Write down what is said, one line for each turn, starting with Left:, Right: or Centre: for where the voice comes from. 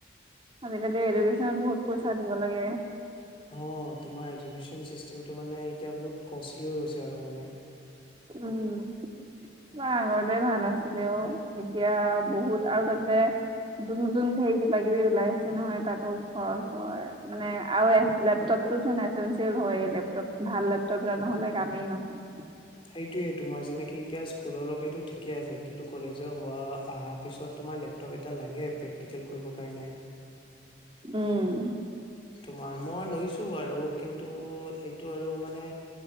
Right: আজিকালি এডুকেশ্বনত বহুত পইচা দিব লাগে।
Left: অ তোমাৰ এডুকেশ্বন চিষ্টেমটো মানে এতিয়া বহুত কষ্টলি হৈ গৈছে আৰু মানে।
Right: উম। অ আগতে ভাল আছিলে অ এতিয়া বহুত আৰু তাতে নতুন নতুন ধেৰ কিবা কিবি ওলাই আছে। যে নহয় তাতো খৰচ হয় মানে আৰু এ লেপটপটো চোন এচেনঞ্চিয়েল হয় লেপ টপ ভাল লেপটপ এটা নহ'লে কামেই নহয়।
Left: সেইটোয়ে তোমাৰ যেনেকে এতিয়া স্কুলৰ লগেটো ঠিকেই আছে কিন্তু কলেজৰ হোৱা আহা পিছত তোমাৰ লেপ লেপটপ এটা লাগে প্ৰেক্টিকেল কৰিব কাৰণে।
Right: উম,
Left: তোমাৰ মই লৈছো বাৰু কিন্তু এইটো আৰু মানে